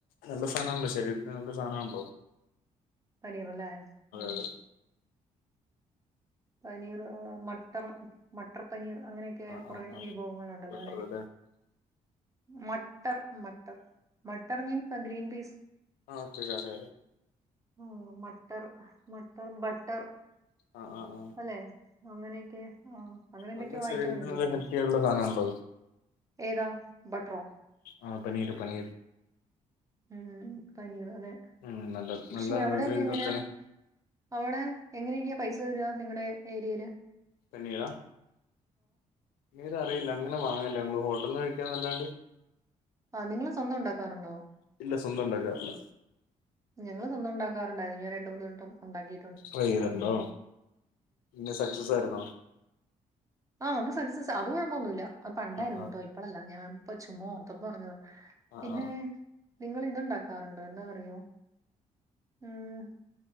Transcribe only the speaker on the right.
പനീർല്ലേ ഉം
പനീർ മട്ടർ മട്ടർ പനീർ അങ്ങനെ ക്കെ
കൊറേ
വിഭവങ്ങളുണ്ടല്ലോല്ലെ
മട്ടർ മട്ടർ മട്ടർ മീൻ ഫ ഗ്രീൻ പീസ്
ആഹ് മട്ടർ മട്ടർ ബട്ടർ
അല്ലെ അങ്ങനെയൊക്കെ ആഹ് അങ്ങനെന്തൊക്കെയോ
ഐറ്റമുണ്ടല്ലോല്ലെ?
ഏതാ ബട്ടറോ?
ഉം പനീർ അതെ,
പക്ഷെ
അവിടൊക്കെ
എങ്ങനെയാ?
അവിടെ എങ്ങനെയൊക്കെയാ പൈസ വരുവാ നിങ്ങടെ ഏരിയല്.
ആഹ് നിങ്ങള് സ്വന്തം ഉണ്ടാക്കാറുണ്ടോ?
ഞങ്ങള് സ്വന്തം ഉണ്ടാക്കാറുണ്ടായിരുന്ന് ഞാൻ രണ്ട് മൂന്നട്ടം ഉണ്ടാക്കി
ആഹ് അത് സക്സസ് അത് കൊഴപ്പൊന്നുല്ല അത് പണ്ടായിരുന്നുട്ടോ.
ഇപ്പളല്ല ഞാൻ ഇപ്പൊ ചുമ്മാ ഓർത്തന്ന് പറഞ്ഞതാ
പിന്നെ
നിങ്ങൾ ഇതുണ്ടാക്കാറുണ്ടോ എന്താ അറിയോ ഉം